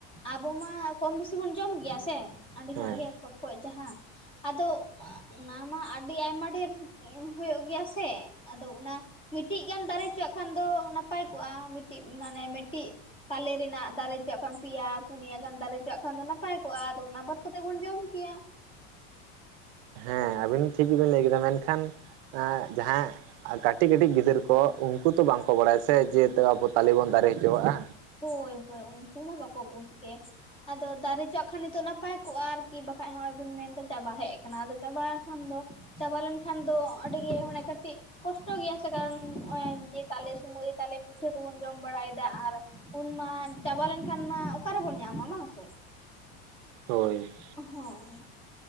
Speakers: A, on the left; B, on the right.
A: ᱟᱵᱚ ᱢᱟ ᱠᱚᱢ ᱵᱮᱥᱤ ᱵᱚᱱ ᱡᱚᱢ ᱜᱮᱭᱟ ᱥᱮ, ᱟᱹᱰᱤ
B: ᱦᱮᱸ
A: ᱦᱚᱲᱜᱮ ᱯᱚᱴᱠᱚᱡ ᱡᱟᱦᱟᱸ ᱟᱫᱚ ᱚᱱᱟ ᱢᱟ ᱟᱹᱰᱤ ᱟᱭᱢᱟ ᱰᱷᱮᱨ ᱦᱳᱭᱳᱜ ᱜᱮᱭᱟ ᱥᱮ ᱟᱫᱚ ᱚᱱᱟ ᱢᱤᱫᱴᱤᱡ ᱜᱟᱱ ᱫᱟᱨᱮ ᱦᱚᱪᱚᱣᱟᱜ ᱠᱷᱟᱱ ᱫᱚ ᱱᱟᱯᱟᱭ ᱠᱚᱜᱼᱟ ᱢᱤᱫᱴᱤᱡ ᱢᱟᱱᱮ ᱢᱤᱫᱴᱤᱡ ᱛᱟᱞᱮ ᱨᱮᱱᱟᱜ ᱫᱟᱨᱮ ᱪᱚᱣᱟᱜ ᱠᱷᱟᱱ ᱯᱮᱭᱟ ᱯᱩᱱᱭᱟ ᱜᱟᱱ ᱫᱟᱨᱮ ᱪᱚᱣᱟᱜ ᱠᱷᱟᱱ ᱫᱚ ᱱᱟᱯᱟᱭ ᱠᱚᱜᱼᱟ ᱟᱫᱚ ᱚᱱᱟ ᱵᱟᱫ ᱠᱟᱛᱮᱫ ᱵᱚᱱ ᱡᱚᱢ ᱠᱮᱭᱟ᱾
B: ᱦᱮᱸ ᱟᱵᱤᱱ ᱴᱷᱤᱠ ᱜᱮᱵᱤᱱ ᱞᱟᱹᱭ ᱠᱮᱫᱟ ᱢᱮᱱᱠᱷᱟᱱ ᱮᱸᱜ ᱡᱟᱦᱟᱸ ᱠᱟᱹᱴᱤᱡ ᱠᱟᱹᱴᱤᱡ ᱜᱤᱫᱟᱹᱨ ᱠᱚ ᱩᱱᱠᱩ ᱛᱚ ᱵᱟᱝ ᱠᱚ ᱵᱟᱲᱟᱭᱟ ᱥᱮ ᱡᱮ ᱛᱚ ᱟᱵᱚ ᱛᱟᱞᱮ ᱵᱚᱱ ᱫᱟᱨᱮ ᱦᱚᱪᱚᱣᱟᱜᱼᱟ᱾
A: ᱦᱳᱭ ᱦᱳᱭ ᱩᱱᱠᱩ ᱢᱟ ᱵᱟᱠᱚ ᱵᱩᱡ ᱜᱮ, ᱟᱫᱚ ᱫᱟᱨᱮ ᱦᱚᱪᱚᱣᱟᱜ ᱠᱷᱟᱱ ᱱᱤᱛᱚᱜ ᱱᱟᱯᱟᱭ ᱠᱚᱜᱼᱟ᱾ ᱠᱤ ᱵᱟᱠᱷᱟᱡ ᱦᱚᱸᱜᱼᱚᱭ ᱵᱤᱱ ᱢᱮᱱᱫᱟ ᱪᱟᱵᱟ ᱦᱮᱡ ᱠᱟᱱᱟ ᱟᱫᱚ ᱪᱟᱵᱟ ᱠᱷᱟᱱ ᱫᱚ ᱪᱟᱵᱟ ᱞᱮᱱᱠᱷᱟᱱ ᱫᱚ ᱟᱹᱰᱤ ᱜᱮ ᱢᱟᱱᱮ ᱠᱟᱹᱴᱤᱡ ᱠᱚᱥᱴᱚ ᱜᱮᱭᱟ ᱥᱮ ᱠᱟᱨᱚᱱ ᱱᱚᱸᱜᱼᱚᱭ ᱡᱮ ᱛᱟᱞᱮ ᱥᱚᱢᱚᱭ ᱯᱤᱴᱷᱟᱹ ᱠᱚᱵᱚᱱ ᱡᱚᱢ ᱵᱟᱲᱟᱭᱫᱟ ᱟᱨ ᱩᱱ ᱢᱟ ᱪᱟᱵᱟ ᱞᱮᱱᱠᱷᱟᱱ ᱢᱟ ᱚᱠᱟᱨᱮᱵᱚᱱ ᱧᱟᱢᱟ ᱵᱟᱝ ᱥᱮ᱾
B: ᱦᱳᱭ᱾
A: ᱦᱳᱭ᱾